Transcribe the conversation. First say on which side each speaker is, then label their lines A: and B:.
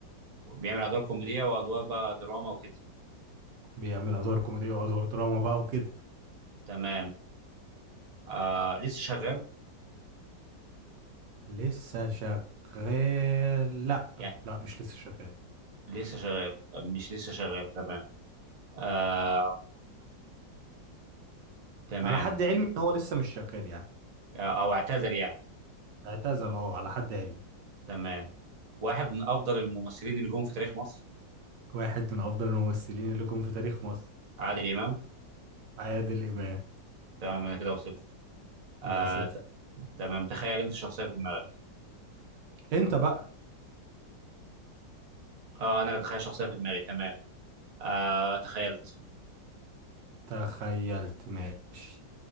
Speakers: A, on the right; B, on the right.
A: بيعمل ادوار كوميديه وادوار بقى دراما وكده
B: بيعمل ادوار كوميديه وادوار دراما بقى وكده
A: تمام آه لسه شغال
B: لسه شغال لا
A: يعني
B: لا مش لسه شغال
A: لسه شغال آه، مش لسه شغال تمام آه تمام
B: على حد علمي ان هو لسه مش شغال يعني
A: آه، او اعتذر يعني
B: اعتزل اه على حد علمي
A: تمام واحد من افضل الممثلين اللي جم في تاريخ مصر
B: واحد من افضل الممثلين اللي جم في تاريخ مصر
A: عادل امام
B: عادل امام
A: تمام انا كده وصلت
B: كده
A: آه
B: وصلت
A: ت... تمام تخيل انت شخصيه في دماغك
B: انت بقى
A: اه انا اللي اتخيل شخصيه في دماغي تمام آه تخيلت
B: تخيلت ماشي